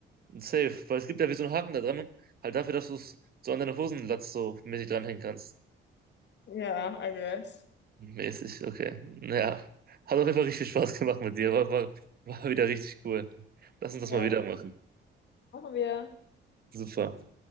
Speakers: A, on the right; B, on the left.
A: Safe. Weil es gibt ja wie so einen Haken da dran, halt dafür, dass du es so an deine Hosenlatz so mäßig dranhängen kannst.
B: Ja, I guess.
A: Mäßig, okay. naja Hat auf jeden Fall richtig viel Spaß gemacht mit dir. War, war, war wieder richtig cool. Lass uns das
B: Ja,
A: mal wieder machen.
B: machen wir.
A: Super.